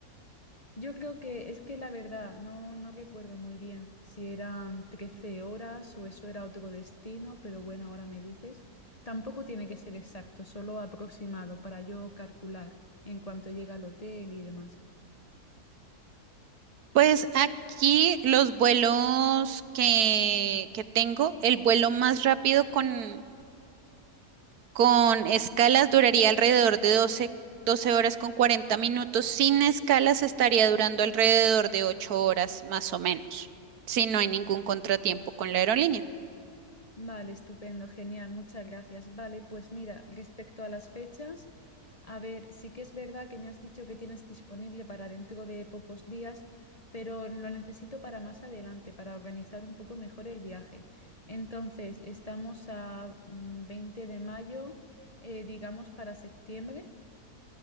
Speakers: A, on the left; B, on the right.
A: Yo creo que es que la verdad, no, no recuerdo muy bien si eran 13 horas o eso era otro destino, pero bueno, ahora me dices. Tampoco tiene que ser exacto, solo aproximado para yo calcular en cuanto llega al hotel y demás.
B: Pues aquí los vuelos que, que tengo, el vuelo más rápido con, con escalas duraría alrededor de doce doce horas con 40 minutos. Sin escalas estaría durando alrededor de 8 horas más o menos, si no hay ningún contratiempo con la aerolínea.
A: Vale, estupendo, genial, muchas gracias. Vale, pues mira, respecto a las fechas, a ver, sí que es verdad que me has dicho que tienes disponible para dentro de pocos días, pero lo necesito para más adelante, para organizar un poco mejor el viaje. Entonces, estamos a mm, 20 de mayo, eh, digamos para septiembre,